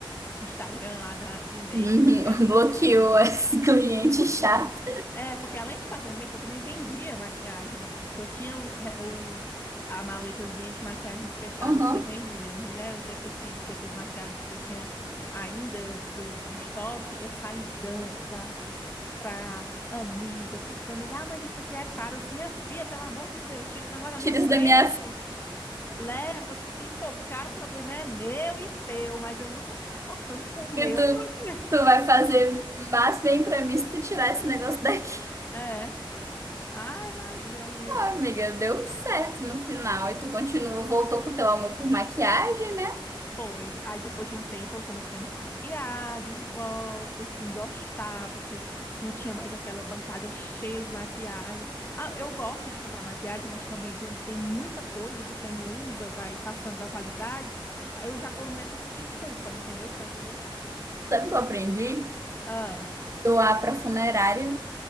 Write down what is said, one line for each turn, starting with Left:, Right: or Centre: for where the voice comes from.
Left: Instagram lá da, de make,
Right: Uhum,
Left: porque
Right: Bloqueou esse cliente chato.
Left: É, porque além de fazer make, eu também vendia maquiagem. Tipo, eu tinha os, re- os a maletazinha de maquiagens fechadas
Right: Uhum.
Left: que eu vendia. Mulher, eu sei que, esse, que essas maquiagens que eu tinha ainda do, do estoque, eu saí dando pra, pra amiga, pra família. Ah, mas isso aqui é caro. Eu disse, minha filha, pelo amor de Deus, tira esse negócio da
Right: Tira
Left: minha frente.
Right: isso da minha
Left: Leva, se for caro, o problema é meu e teu, mas eu não tô me importando com o meu
Right: E tu,
Left: problema.
Right: tu vai fazer mais bem pra mim se tu tirar esse negócio daqui. <laughs>
Left: É. Ai, Maria, aí
Right: Ah, amiga, deu certo no final. E tu continua, voltou com o teu amor por maquiagem, né?
Left: Foi. Aí depois de um tempo eu comecei a me maquiar de volta, assim, gostar, porque não tinha mais aquela bancada cheia de maquiagem. Ah, eu gosto de comprar maquiagem, mas também quando tem muita coisa, você não usa, vai passando da validade, aí eu já começo a sentir culpa, entendeu? Por aquilo.
Right: Sabe o que eu aprendi?
Left: Ah,
Right: Doar pra funerária.